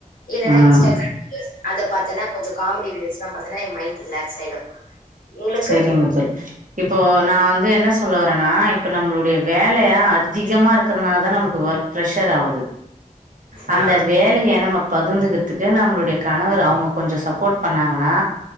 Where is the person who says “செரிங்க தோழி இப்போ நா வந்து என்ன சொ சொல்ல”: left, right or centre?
Right